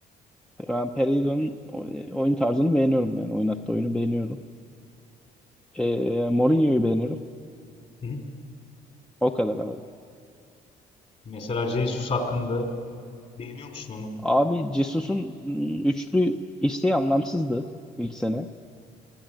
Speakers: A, in the centre; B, on the left (about 40°).
A: Ben Pereira'nın o- e, oyun tarzını beğeniyorum yani. Oynattığı oyunu beğeniyorum. E, Mourinho'yu beğeniyorum.
B: Hı hı.
A: O kadar abi.
B: Mesela Jesus hakkında Beğeniyor musun onu?
A: Abi Jesus'un m, üçlü isteği anlamsızdı ilk sene.